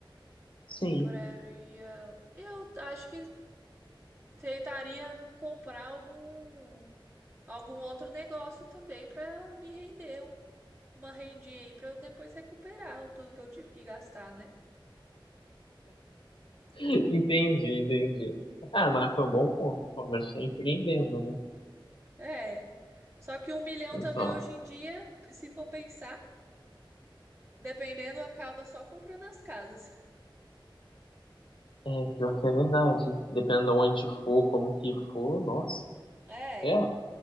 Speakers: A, on the left; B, on the right.
A: sim.
B: Compraria, eu acho que tentaria comprar algum algum outro negócio também para me render um- uma rendinha aí para eu depois recuperar o tudo que eu tive que gastar, né?
A: <laughs> Entendi, entendi. Ah, mas foi um bom ponto. O Palmeiras está empreendendo, né?
B: É. Só que um milhão
A: Então,
B: também hoje em dia, se for pensar, dependendo, acaba só comprando as casas.
A: é pior que é verdade. Dependendo de onde for, como que for, nossa,
B: É.
A: é,